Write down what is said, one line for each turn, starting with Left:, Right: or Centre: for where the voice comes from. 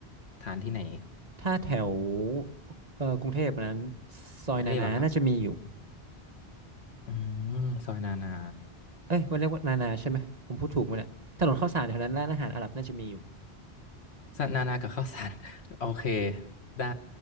Left: ทานที่ไหน
Right: ถ้าแถวเอ่อกรุงเทพนั้นซอยนานาน่าจะมีอยู่
Left: กรุงเทพอะครับอืมซอยนานา
Right: เอ้ยมันเรียกว่านานาใช่ไหมผมพูดถูกไหมเนี่ยถนนข้าวสารแถวนั้นร้านอาหารอาหรับน่าจะมีอยู่
Left: ซอยนานากับข้าวสาร <laughs> โอเคได้